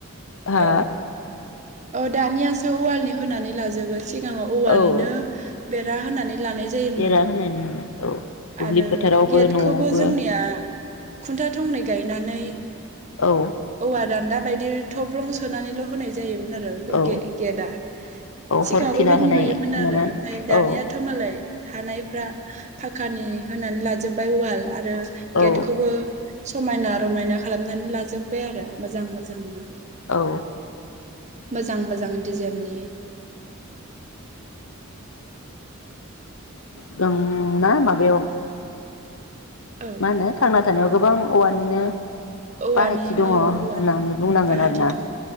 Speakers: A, on the left; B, on the right.
A: हा
B: औ औ दानियासो वालनि होनानै लाजोबबाय। सिगाङाव औवानिनो
A: औ
B: बेरा होनानै लानाय जायो
A: बेरा
B: मोन
A: होनाय नुनो औ दुब्लि
B: आरो
A: फोथारावबो
B: गेटखौबो
A: न'आवबो
B: जोंनिया खुन्थिया थंनै होनानै
A: औ
B: औवा दान्दा बायदि थब्लं सोनानैल' होनाय जा जायोमोन आरो बे
A: औ
B: गे-गेटआ
A: औ
B: सिगाङाव
A: हरखिला
B: बेबायदि
A: होनाय
B: नुयोमोन आरो
A: नामा
B: ओमफ्राय दानियाथ'
A: औ
B: मालाय हानायफ्रा फाकानि होनानै लाजोबबाय अवाल आरो
A: औ
B: गेटखौबो समायना रमायना खालामनानै लाजोब्बाय आरो मोजां मोजां नो
A: औ
B: मोजां मोजां डिजाइननि
A: जोंना माबायाव
B: औ
A: मा होनो थांना थानायाव गोबां औवानिनो
B: औवानि
A: बाहायथि दङ
B: औ औवानि
A: होननानै बुंनांगोन
B: बाहायदि
A: आरोना
B: दं